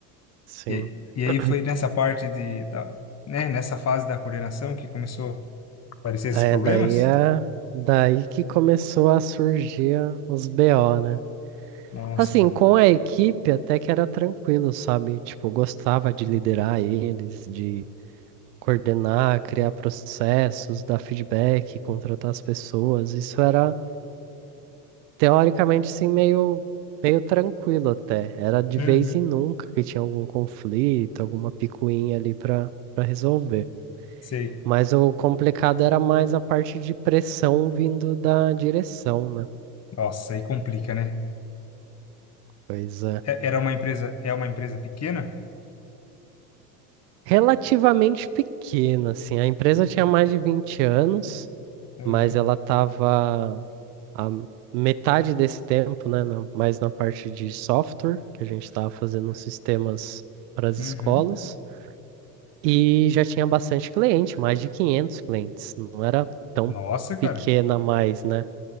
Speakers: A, on the right (about 75°); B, on the left (about 30°).
A: Sim.
B: E, e aí
A: <clears throat>
B: foi nessa parte de, da, né? Nessa fase da coordenação que começou a aparecer esses
A: É,
B: problemas?
A: daí é daí que começou a surgir os BO, né?
B: Nossa,
A: Assim,
B: cara.
A: com a equipe até que era tranquilo, sabe? Tipo, eu gostava de liderar eles, de coordenar, criar processos, dar feedback, contratar as pessoas. Isso era, teoricamente, sim, meio, meio tranquilo até. Era de
B: Uhum.
A: vez em nunca que tinha algum conflito, alguma picuinha ali para para resolver.
B: Sei.
A: Mas o complicado era mais a parte de pressão vindo da direção, né?
B: Nossa, aí complica, né?
A: Pois é.
B: É- Era uma empresa, é uma empresa pequena?
A: relativamente pequena, assim. A empresa tinha mais de 20 anos,
B: Aham.
A: mas ela estava a metade desse tempo, né, na- mais na parte de software, que a gente estava fazendo sistemas para as
B: Uhum.
A: escolas, e já tinha bastante cliente, mais de 500 clientes. Não era tão
B: Nossa, cara.
A: pequena mais, né?